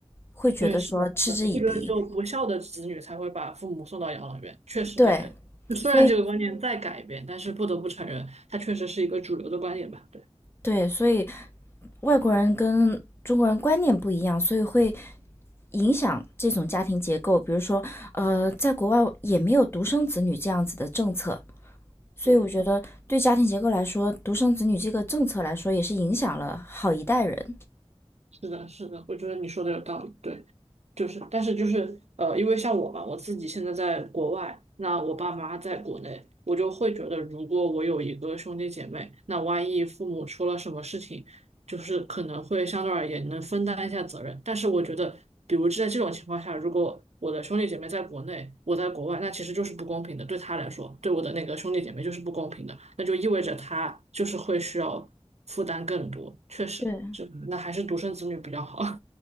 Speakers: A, on the left; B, on the right.
A: 会觉得说嗤之以鼻。
B: 对，是的，是的，这个只有不孝的子女才会把父母送到养老院。确实，
A: 对，
B: 感觉就虽然这个观念在改变，
A: 所以
B: 但是不得不承认，它确实是一个主流的观点吧？对，
A: 对，所以外国人跟中国人观念不一样，所以会影响这种家庭结构。比如说，呃，在国外也没有独生子女这样子的政策，所以我觉得对家庭结构来说，
B: 对。
A: 独生子女这个政策来说也是影响了好一代人。
B: 是的，是的，我觉得你说的有道理，对，就是，但是就是呃，因为像我嘛，我自己现在在国外，那我爸妈在国内，我就会觉得，如果我有一个兄弟姐妹，那万一父母出了什么事情，就是可能会相对而言能分担一下责任。但是我觉得，比如在这种情况下，如果我的兄弟姐妹在国内，我在国外，那其实就是不公平的，对他来说，对我的那个兄弟姐妹就是不公平的，那就意味着他就是会需要负担更多，确实。
A: 对，
B: 就那还是独生子女比较好。